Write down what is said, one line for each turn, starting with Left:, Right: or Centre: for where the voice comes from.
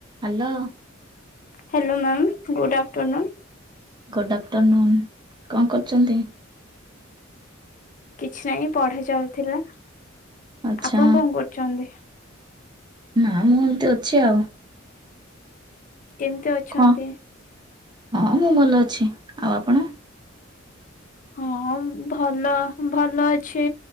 Right: Hello.
Left: Hello ma'am good afternoon.
Right: Good afternoon କଣ କରୁଛନ୍ତି।
Left: କିଛି ନହିଁ ପଢା ଚାଲିଥିଲା।
Right: ଆଚ୍ଛା
Left: ଆପଣ କଣ କରୁଛନ୍ତି।
Right: ନା ମୁ ଏମତି ଅଛି ଆଉ।
Left: କେମିତି ଅଛନ୍ତି।
Right: କଣ ହଁ ମୁଁ ଭଲ ଅଛି ଆଉ ଆପଣ।
Left: ହଁ ଭଲ ଭଲ ଅଛି